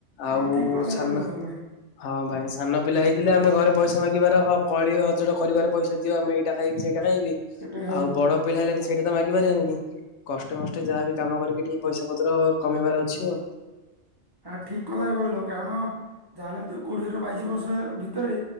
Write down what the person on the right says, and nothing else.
ହଁ ଠିକ କଥା
କହିଲ ତମେ
ସେଇଟା ଖାଇବୁ
ଆ ଠିକ କଥା କହିଲ କାରଣ ଯାହା ହେଲେ ବି ତ କୋଡିଏ ରୁ ବାଇଶି ବର୍ଷ ଭିତରେ